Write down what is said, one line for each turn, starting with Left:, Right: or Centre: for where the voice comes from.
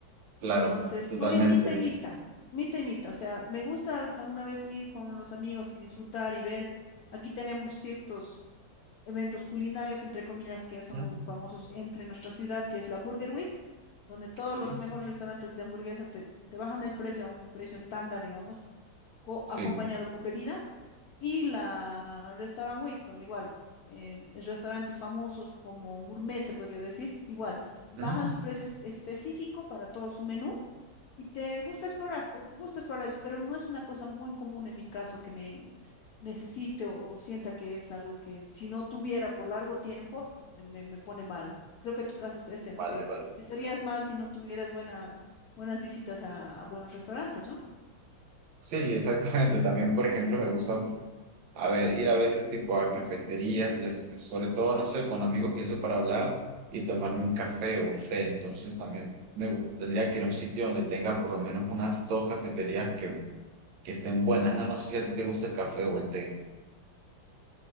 Right: claro,
Left: Entonces, soy
Right: totalmente.
Left: mitad y mitad, mitad y mitad. O sea, me gusta al- alguna vez ir con los amigos y disfrutar y ver. Aquí tenemos ciertos eventos culinarios, entre comillas, que son
Right: Ujú,
Left: famosos entre nuestra ciudad, que es la Burger Week, donde todos
Right: Sí,
Left: los mejores restaurantes de hamburguesa te, te bajan el precio a un precio estándar, digamos, co-
Right: sí,
Left: acompañado con bebida. Y la Restaurant Week, donde igual eh, restaurantes famosos como gourmet, se podría decir, igual bajan
Right: ujú,
Left: su precio es- específico para todo su menú y te gusta explorar, o gusta explorar eso, pero no es una cosa muy común en mi caso que me necesite o, o sienta que es algo que si no tuviera por largo tiempo me, me- me pone mal. Creo que tu caso es ese,
Right: Vale,
Left: ¿no? Que
Right: vale.
Left: estarías mal si no tuvieras buena, buenas visitas a, a buenos restaurantes, ¿no?
Right: Sí, exactamente. También, por ejemplo, me gusta A ver, ir a veces tipo a cafeterías, y es- sobre todo, no sé, con amigos y eso para hablar y tomarme un café o un té. Entonces también me gu- tendría que ir a un sitio donde tenga por lo menos unas dos cafeterías que, que estén buenas. No, no sé si a ti te gusta el café o el té.